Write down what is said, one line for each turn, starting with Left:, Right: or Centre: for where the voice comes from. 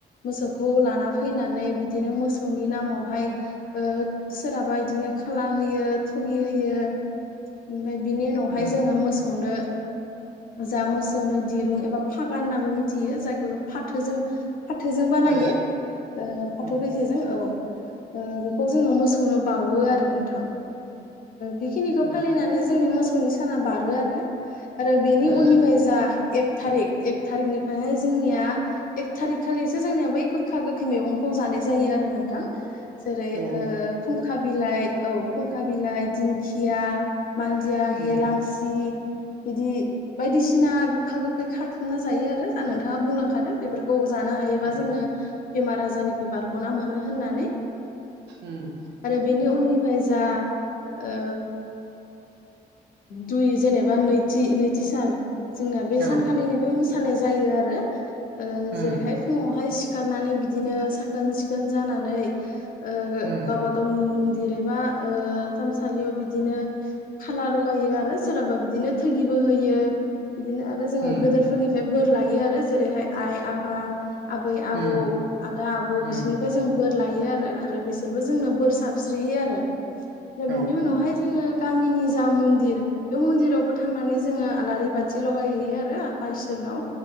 Left: मोसौखौ लाना फैनानै बिदिनो मोसौनि नामावहाय ओ सोरहाबा बिदिनो खाला होयो थुगि होयो ओमफ्राय बिनि उनावहाय
Right: उम
Left: जोङो मोसौनो जा मोसौनो दिरुं एबा फागान होननाबो मिथियो जायखौ जों फाथोजों फाथोजों बानायो
Right: औ
Left: फाथो
Right: औ
Left: बेजेजों औ बेखौ जोङो मोसौनो बावो आरो नोंथां बेखिनिखौ
Right: उम
Left: फालिनानै जोंनि मोसौनि साना बारो आरो आरो बेनि
Right: औ
Left: उननिफ्राय जा एक थारिक एक थारि एकनिफ्रायहाय जोंनिया एक थारि खालिसो जोंनिया बै गोखा गोखै मैगंखौ जानाय जायो आरो नोंथां जेरै
Right: औ
Left: ओ खुंखा बिलाइ औ खुंखा बिलाइ दिंखिया मानजिया
Right: उम
Left: हेेलांसि बिदि बायदिसिना गोखा गोखै खाथुमना जायो आरो जा नोंथाङा बुंलांखादो बेफोरखौ जानो हायोबा
Right: उम
Left: जोङो बेमार आजारनिफ्राय बारग'ना मोनो होननानै
Right: उम
Left: आरो बेनि उननिफ्राय जा ओ दुइ जेनेबा नैथि नैथि सान जोंना बे
Right: औ
Left: सानखालिनिफ्राय मोसानाय जायो आरो
Right: उम
Left: जेरैहाय फुङावहाय सिखारनानै बिदिनो साखोन सिखोन जानानै गावबा
Right: उम
Left: गावनि म न्दिर एबा ओ थानसालियाव बिदिनो खाला लायो आरो सोरा बिनो थोगिबो होयो बिदिनो आरो जोङो
Right: उम
Left: गदोरफोरनिफ्राय बोर लायो आरो जेरैहाय आइ आफा आबै आबौ
Right: उम
Left: आदा आबौ
Right: उम
Left: बिसोरनिफ्राय जों बोर लायो आरो। आरो बिसोरबो जोंनो बोर साबस्रियो आरो दा
Right: औ
Left: बिनि उनावहाय
Right: औ
Left: जोङो गामिनि जा मन्दिर बे मन्दिरावबो थांनानै जोङो आलारि बाथि लगायहैयो आरो आफा इसोर नाव